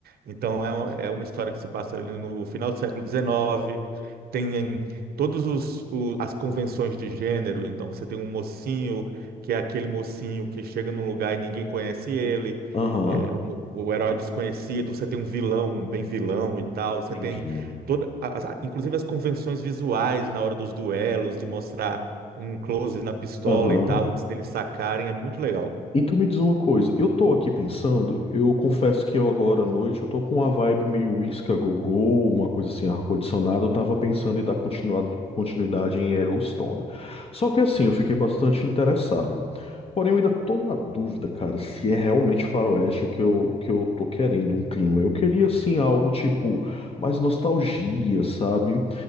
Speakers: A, on the right (about 70°); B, on the left (about 35°).
A: Então, é uma, é uma história que se passa ali no final do século XIX. Tem todas os, o- as convenções de gênero. Então, você tem um mocinho, que é aquele mocinho que chega num lugar e ninguém conhece ele
B: Aham.
A: é, o, o herói desconhecido, você tem um vilão, um bem vilão e tal,
B: Entendi.
A: você tem toda, a- a- inclusive as convenções visuais na hora dos duelos, de mostrar um close na pistola
B: Aham.
A: e tal, antes deles sacarem, é muito legal.
B: Então me diz uma coisa, eu tô aqui pensando, eu confesso que eu agora à noite, eu tô com uma vibe meio uísca go-go, uma coisa assim, ar-condicionado, eu tava pensando em dar continuidade, continuidade em Yellowstone. Só que assim, eu fiquei bastante interessado. Porém, eu ainda tô na dúvida, cara, se é realmente faroeste que eu, que eu tô querendo, um clima. Eu queria, assim, algo tipo mais nostalgia, sabe?